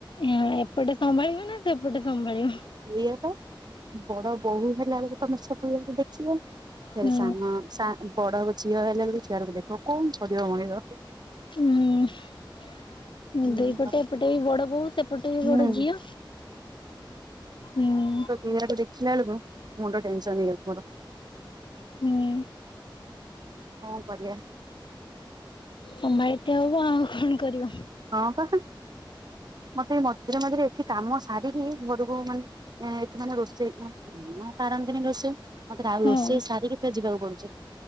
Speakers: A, on the left; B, on the right.
A: ଏପଟେ ସମ୍ଭାଳିବ ନା ସେପଟେ ସମ୍ଭାଳିବ।
B: ଏୟାବା ବଡ ବୋହୂ ହେଲା ବେଳକୁ ତମେ ସବୁଆ ଦେଖିବ ଫେରେ
A: ହୁଁ
B: ସାନ। ବଡ ଝିଅ ହେଲା ବେଳକୁ ସିଆଡକୁ ଦେଖ କଣ କରିବ ମଣିଷ।
A: ହୁଁ
B: ହୁଁ
A: ଦୁଇପଟେ
B: ଆଉ
A: ଏପଟେ ବି ବଡ ବୋହୂ ସେପଟେ। ଏପଟେ ବି
B: ହୁଁ
A: ବଡ ଝିଅ ହଁ।
B: ଏୟାକୁ ଦେଖିଲା ବେଳକୁ ମୁଣ୍ଡ ଟେନସନ ହେଇଯାଉଛି ମୋର।
A: ହୁଁ।
B: କଣ କରିବା।
A: ସମ୍ଭାଳିତେ ହବ ଆଉ କଣ କରିବ।
B: ହଁ ବା ମତେ ମଝିରେ ମଝିରେ ଏଠି କାମ ସାରିକି ଘରକୁ ମାନେ। ଏଥି ମାନେ ରୋଷେଇ ପାରନ୍ତିନି ରୋଷେଇ ମତରେ
A: ହୁଁ।
B: ଆଉ ରୋଷେଇ ସାରିକି ଫେରେ ଯିବାକୁ ପଡୁଛି।